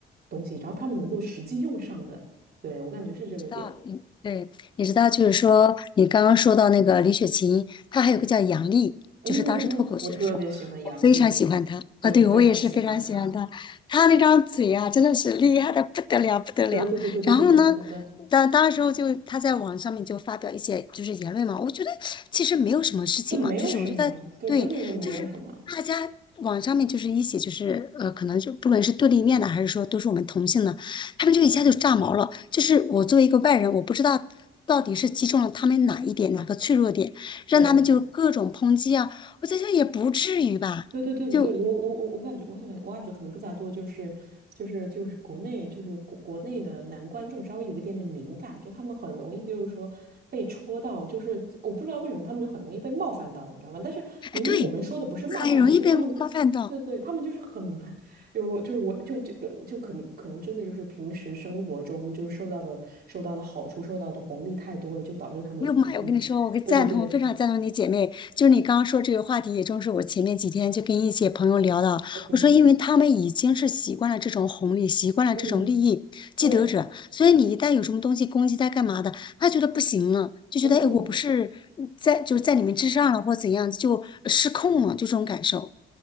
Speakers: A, on the right (about 50°); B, on the left (about 25°).
A: 东西，然后他们能够实际用上的。对，我感觉是这个点。
B: 你知道，嗯，对，你知道，就是说，你刚刚说到那个李雪琴，她还有个叫杨丽，
A: 嗯嗯嗯，
B: 就是当时脱口秀的时候，
A: 我特别喜欢杨笠，
B: 我非常喜欢她啊，
A: 我也非常喜欢她。
B: 对，我也是非常喜欢她，她那张嘴啊，真的是厉害的不得了，不得了。
A: 对对对对对对对对对对，
B: 然后呢，当当时候就她在网上面就发表一些就是言论嘛，我觉得其实没有什么事情嘛，
A: 对，没有什么，
B: 就是我觉得对，
A: 对，真的就没有什么。
B: 就是大家网上面就是一起就是呃，可能就不论是对立面的，还是说都是我们同性的。他们就一下就炸毛了。就是我作为一个外人，我不知道到底是击中了他们哪一点，哪个脆弱点，让他们就各种抨击啊。
A: 对。
B: 我在想也不至于吧，
A: 对对对对对，
B: 就，
A: 我我我我感觉，我感觉我感觉可能更加多就是就是就是国内就是国国内的男观众稍微有一点点敏感，就他们很容易就是说被戳到，就是我不知道为什么他们就很容易被冒犯到，你知道吗？但是明明我们说的不是冒犯的东西，
B: 哎，对，很容易被冒犯到。
A: 他们对对对，他们就是很 <laughs> 就就是我就这个就可能可能真的就是平时生活中就是受到的受到的好处受到的红利太多了，就导致他们嗯，
B: 哎呦妈呀！我跟你说，我跟赞同，
A: 对对对，
B: 非常赞同你姐妹。就是你刚刚说这个话题，也正是我前面几天就跟一些朋友聊的。
A: 嗯
B: 我说，因为他们已经是习惯了这种红利，习惯了这种利益既得者，
A: 嗯，对，
B: 所以你一旦有什么东西攻击他干嘛的，他觉得不行了，就觉得哎，
A: 嗯。
B: 我不是在就是在你们之上了，或怎样，就失控了，就这种感受。